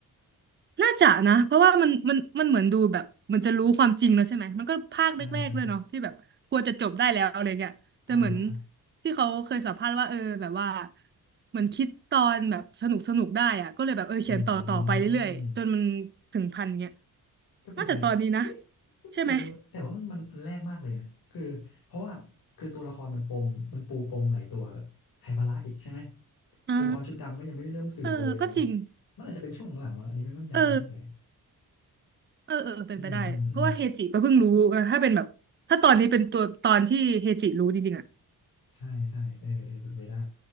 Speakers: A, on the right; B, on the left.
A: น่าจะนะเพราะว่ามันมันมันเหมือนดูแบบมันจะรู้ความจริงแล้วใช่ไหมมันก็ภาคแรกๆด้วยเนาะที่แบบควรจะจบได้แล้วอะไรเงี้ยแต่เหมือน
B: อ่าอ่าอ่าฮะ
A: ที่เขาเคยสัมภาษณ์ว่าเออแบบว่าเหมือนคิดตอนแบบสนุกสนุกได้อะก็เลยแบบเออเขียนต่อต่อไปเรื่อยๆจนมัน
B: อืม
A: ถึงพันเงี้ย
B: ก็เป็นไปเอ้ย
A: น่าจะตอนนี้นะ
B: ก็ไม่รู้อะแต่ว่ามันมันมันแรกมากเลยนะคือเพราะว่า
A: ใช่ไหม
B: คือตัวละครมันปมมันปูปมหลายตัวแบบไฮบาระอีกใช่ไหม
A: อ่า
B: องค์กรชุดดำก็ยังไม่ได้เริ่มสืบเลยอะไรเงี้ย
A: เออก็จริง
B: มันอาจจะเป็นช่วงหลังๆวะอันนี้ไม่มั่นใจไม่มั่นใจ
A: เออเออเออเป็นไปได้เพราะว่าเฮจิก็เพิ่งรู้เออถ้าเป็นแบบถ้าตอนนี้เป็นตัวตอนที่เฮจิรู้จริงๆอ่ะ
B: อืมอืมอืม ใช่ใช่เออเออเป็นไปได้